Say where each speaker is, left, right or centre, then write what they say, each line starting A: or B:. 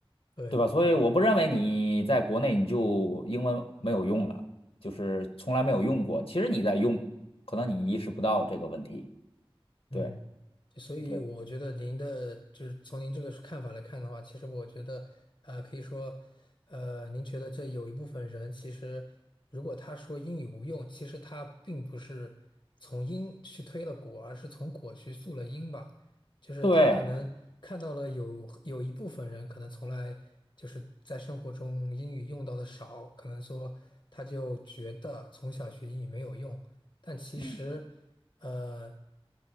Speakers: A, on the left; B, on the left.
A: 对。
B: 对吧？所以我不认为你在国内你就英文没有用了，就是从来没有用过。其实你在用，可能你意识不到这个问题。对
A: 嗯，所以我觉得您的就是从您这个看法来看的话，
B: 对，
A: 其实我觉得，啊、可以说，呃，您觉得这有一部分人其实，如果他说英语无用，其实他并不是从因去推了果，而是从果去溯了因吧。就是他可能看到了有有一部分人可能从来就是在生活中英语用到的少，
B: 对，
A: 可能说他就觉得从小学英语没有用，但其实。
B: 嗯，
A: 呃，